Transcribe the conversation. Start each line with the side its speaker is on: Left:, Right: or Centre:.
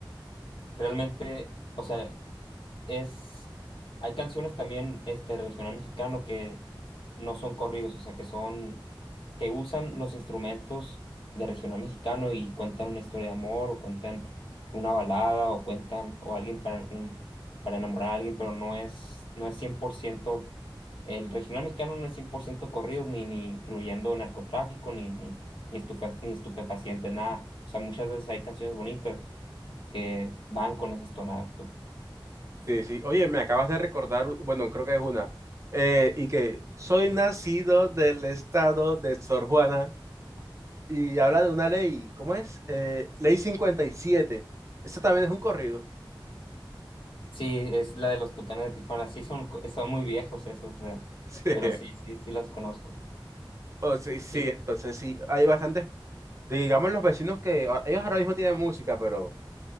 Left: realmente, o sea, es, hay canciones también este regional mexicano que no son corridos, o sea, que son, que usan los instrumentos de regional mexicano y cuentan una historia de amor o cuentan una balada o cuentan o alguien para un para enamorar a alguien, pero no es no es cien por ciento el regional mexicano no es 100% corridos ni ni incluyendo narcotráfico ni ni ni, estufa- ni estupefacientes, nada. O sea, muchas veces hay canciones bonitas que van con esas tonadas, pues.
Right: Sí, sí. Oye, me acabas de recordar, bueno, creo que es una, eh, y que soy nacido del estado de Sor Juana y habla de una ley, ¿cómo es? Eh, ley 57. Eso también es un corrido. <laughs>
Left: Sí, es la de los Tucanes de Tijuana. Sí, son, co- son muy viejos esos, o sea,
Right: Sí,
Left: pero sí, sí, sí las conozco.
Right: o sí, sí,
Left: Sí.
Right: entonces sí, hay bastantes, digamos los vecinos que, a- ellos ahora mismo tienen música, pero